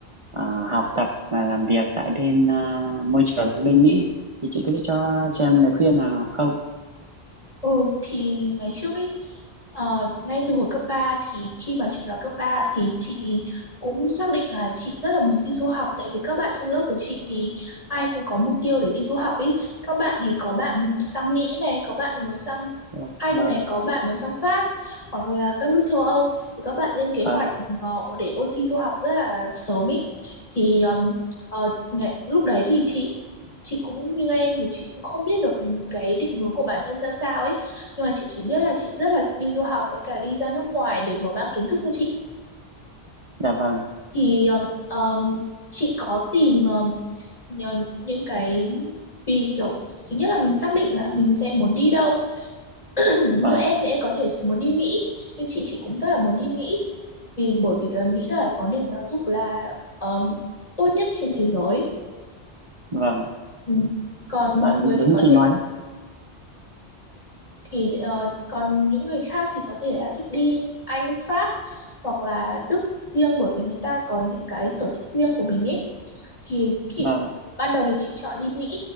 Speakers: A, on the right; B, on the left.
A: à, học tập và làm việc tại bên à, môi trường cái bên Mỹ. Thì chị có cho cho em lời khuyên nào không?
B: ừ thì ngày trước ấy ờ, ngay từ hồi cấp 3 thì khi mà chị vào cấp 3 thì chị cũng xác định là chị rất là muốn đi du học tại vì các bạn trong lớp của chị thì ai cũng có mục tiêu để đi du học ấy. Các bạn thì có bạn muốn sang Mỹ này, có bạn muốn sang
A: Vâng,
B: Anh
A: vâng,
B: này, có bạn muốn sang Pháp hoặc là các nước châu Âu thì các bạn lên kế hoạch
A: vâng,
B: ờ, để ôn thi du học rất là sớm ấy. Thì ờm, ờ, ngày, lúc đấy thì chị chị cũng như em thì chị cũng không biết được cái định hướng của bản thân ra sao ấy nhưng mà chị chỉ biết là chị rất là thích đi du học với cả đi ra nước ngoài để mở mang kiến thức cho chị
A: dạ vâng,
B: thì um, um, chị có tìm um, nhờ- những cái vì kiểu thứ nhất là mình xác định là mình sẽ muốn đi đâu <clears throat> như
A: vâng,
B: em thì em có thể muốn đi Mỹ như chị chị cũng rất là muốn đi Mỹ vì bởi vì là Mỹ là có nền giáo dục là um, tốt nhất trên thế giới
A: vâng,
B: ừ. còn
A: vâng,
B: mọi người thì
A: đúng
B: có
A: như chị
B: thể
A: nói.
B: thì ờ, còn những người khác thì có thể là thích đi Anh Pháp hoặc là Đức riêng bởi vì người ta có những cái sở thích riêng của mình ấy thì khi
A: Vâng,
B: ban đầu thì chị chọn đi Mỹ